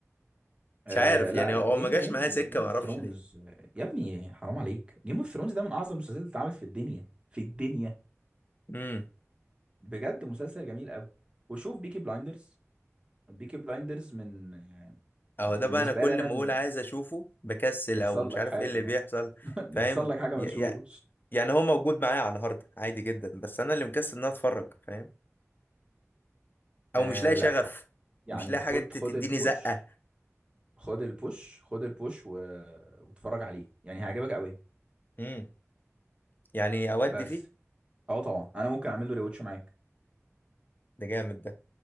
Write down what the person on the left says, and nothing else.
مش عارف
يعني
هو
هو ما جاش
معايا سكه
ما
اعرفش
ليه
اهو
ده بقى انا كل
ما
اقول عايز اشوفه بكسل
او مش
عارف
ايه اللي
بيحصل
فاهم
ي-
ي- يعني هو موجود معايا على الهارد عادي جدا بس انا اللي مكسل ان انا اتفرج فاهم او
مش لاقي شغف
مش لاقي
حاجه ت-
تديني
زقه
امم يعني اودي
فيه
ده جامد ده